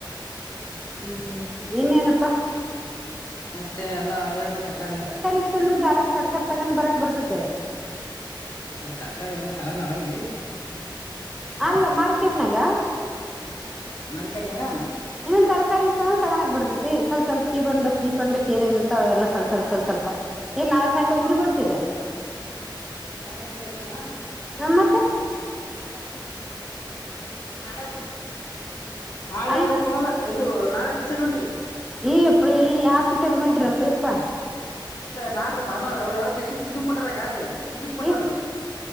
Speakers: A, in the centre; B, on the left.
A: ಹ್ಮ್ ಇನ್ನೇನ ಪ್ಪ
B: ಮತ್ತೆ ಎಲ್ಲ ಹೇಳ್ಬೇಕ ಕಾಲ್ಲ
A: ಸರ್ಕಾರ ಇಷ್ಟ ಅಂದ್ರೆ ದಾರ ಸರ್ಕಾರ ತಗೊಂಡ್ ಬರಕ್ ಬರ್ತತೆ
B: ತರಕಾರಿ ಎಲ್ಲ ತಗೊಂಡ್ಳ ಇಲ್ಲಿ
A: ಅಲ್ಲ ಮಾರ್ಕೆಟ್ನಾಗ
B: ಮಾರ್ಕೆಟ್ನಾಗಾ
A: ಇನ್ನೊಂದ ತರಕಾರಿ ಇತ್ತಂದ್ರೆ ತಗಕ್ ಬರ್ತೈತಿ ಸ್ವಲ್ಪ ಸ್ವಲ್ಪ ಜೀಪ ಬ್ ಬಸ್ ಜೀಪ್ ಬಸ್ ಏನ ಇರ್ತವೆಲ್ಲ ಸ್ವಲ್ಪ ಸ್ವಲ್ಪ ಸ್ವಲ್ಪ ಸ್ವಲ್ಪ ಏನ್ ನಾಳೆ ಸಂಡೆ ಊರಿಗೋಗ್ತೀರಿ
B: ಪ್ರಗತಿವಲ್ಲ ಈಗಾ
A: ನಮ್ಮ ಮತ್ತೆ <unintelligible>
B: ನಾಳೆ ನಾಳೆ
A: ಅಲ್ಲ
B: ಊರಿಗ್ ಹೋಗಲ್ಲ ಇದು ನಾಳೆ ಪಿಕ್ಚರ್ ಹೊಂಟಿವವಿ
A: ಯ್ಯಪ್ಪ ಎಲ್ಲಿ ಪಿಕ್ಚರ್ ಗ್ ಒಂಟ್ರಿ <unintelligible>
B: ನಾಡ್ದ ಭಾನುವಾರ ಯಾವ ಟೆಕಸ್ ಇದನ್ ಕೊಟಾರ ಅಕ್ಕಾ ಇದು ಟಿಕೆಟ್ ಕೊಟಾರ
A: ಏ